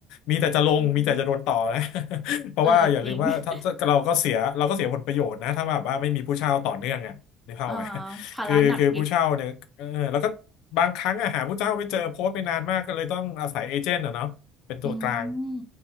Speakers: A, on the left; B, in the centre.
A: มีแต่จะลงมีแต่จะโดนต่อนะ
B: อืม
A: <laughs> เพราะว่าอย่าลืมว่าถ้าเราก็เสียเราก็เสียผลประโยชน์นะถ้าแบบว่าไม่มีผู้เช่าต่อเนื่องอ่ะนึกภาพไหม
B: เออจริง <laughs> อ่าภาระหนักอีก
A: คือคือผู้เช่าเนี่ยเออแล้วก็บางครั้งอะหาผู้เช่าไม่เจอโพสต์ไปนานมากก็เลยต้องอาศัยเอเจนต์อะเนาะเป็นตัวกลาง
B: อืม